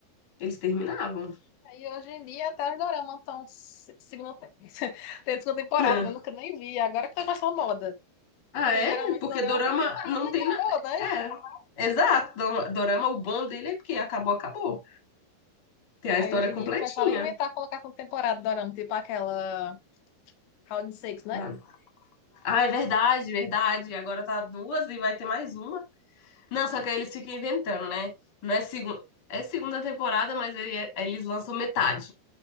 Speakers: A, on the left; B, on the left.
A: eles terminavam.
B: Aí hoje em dia até os doramas estão se- segunda, tem- <laughs> tem segunda temporada,
A: Né?
B: eu nunca nem vi, agora que tá com essa moda.
A: Ah,
B: Porque
A: é?
B: geralmente
A: Porque
B: dorama,
A: Dorama
B: a temporada
A: não tem
B: acabou,
A: nada.
B: né?
A: É. Exato, Do- Dorama, o bom dele é porque acabou, acabou. Tem a
B: Aí
A: história
B: hoje
A: completinha.
B: em dia começaram a inventar, colocar com temporada dorama, tipo aquela. Round Six, né?
A: Ah, Ah, é verdade, verdade. Agora tá duas e vai ter mais uma. Não, só que aí eles ficam inventando, né? Não é segunda. É segunda temporada, mas aí, é- aí eles lançam metade.